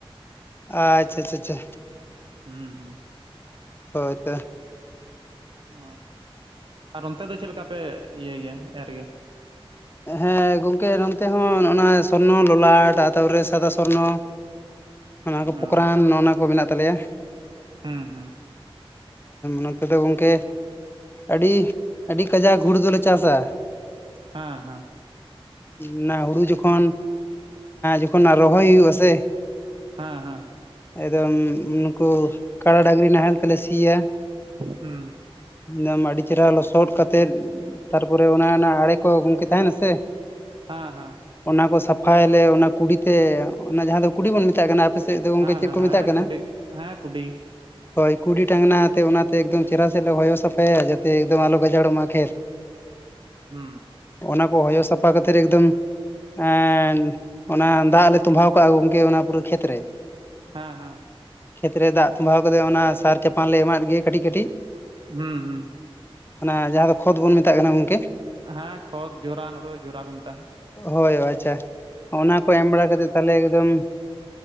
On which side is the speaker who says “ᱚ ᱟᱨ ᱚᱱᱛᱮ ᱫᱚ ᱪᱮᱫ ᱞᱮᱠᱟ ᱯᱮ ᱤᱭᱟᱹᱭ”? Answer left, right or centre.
Right